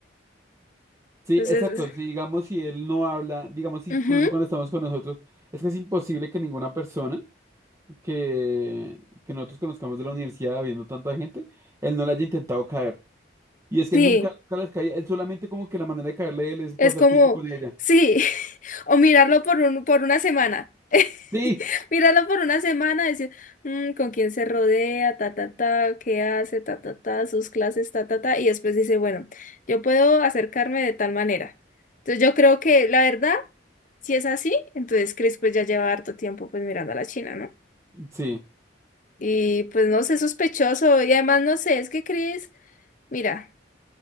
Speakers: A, on the right; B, on the left.
A: Sí,
B: Entonces,
A: exacto. Si digamos, si él no habla, digamos, incluso
B: ujú,
A: cuando estamos con nosotros, es que es imposible que ninguna persona que, que nosotros conozcamos de la universidad habiendo tanta gente, él no le haya intentado caer. Y es que
B: sí.
A: nunca, nunca les caía, él solamente como que la manera de caerle a él es pasar
B: Es como,
A: tiempo con ella.
B: sí, <laughs> o mirarlo por un, por una semana. <laughs>
A: Sí,
B: Mirarlo por una semana, decir, "Mm, con quién se rodea, ta, ta, ta, qué hace, ta, ta, ta, sus clases, ta, ta, ta, y después dice, bueno, yo puedo acercarme de tal manera. Entonces yo creo que la verdad, si es así, entonces Chris pues ya lleva harto tiempo pues mirando a la China, ¿no?
A: sí,
B: Y pues no sé, sospechoso, y además no sé, es que Chris, mira.